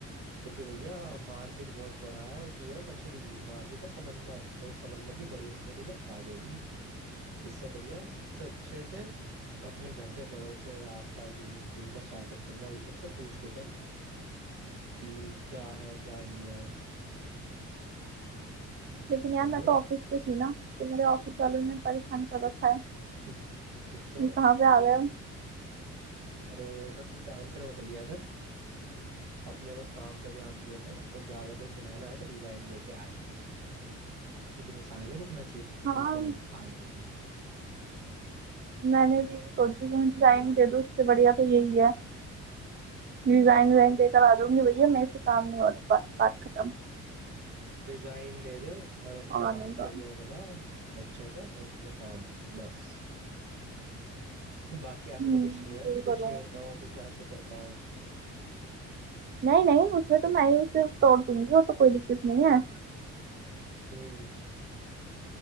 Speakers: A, on the right; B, on the right.
A: क्योंकि भैया मार्केट बहुत बड़ा है और तू है मछली मार्केट है समंदर तो इस समंदर की बड़ी मछलियां तुझे खा जाएंगी इससे बढ़िया सबसे अच्छे से अपने घर के बड़ों से या आसपास जिन जिनका स्टार्टअप चल रहा है उन सबसे पूछ के चल कि क्या है क्या नहीं है
B: लेकिन यार
A: समझे
B: मैं तो ऑफिस पे थी ना कि मेरे ऑफिस वालों ने परेशान कर रखा है
A: <laughs> अच्छा
B: ये कहाँ पे आ गए हो?
A: अरे तब तू टेंशन मत लिया कर अपने बस काम पे ध्यान दिया कर और ज्यादा कोई सुनाया तो आया तो रिजाइन दे के आ जा इतने साल नहीं रुकना चाहिए किसी कंपनी
B: हाँ
A: फालतू की
B: मैंने भी यही सोची कि मैं डिजाइन दे दूँ उससे बढ़िया तो यही है डिजाइन डिजाइन देकर आ जाऊंगी भैया मेरे से काम नहीं हो रहा बस बात खत्म
A: डिजाइन दे दे और अपना
B: और नहीं तो-
A: करियर बना अच्छा सा और उसमें काम कर बस बाकी ऐसा
B: हम्म,
A: तो कुछ नहीं है ना कि
B: यही
A: कुछ
B: करूंगी
A: छेड़ता हो कुछ ऐसा करता हो
B: नहीं नहीं उसमें तो मैं ही उसे तोड़ दूंगी वो तो कोई दिक्कत नहीं है
A: हम्म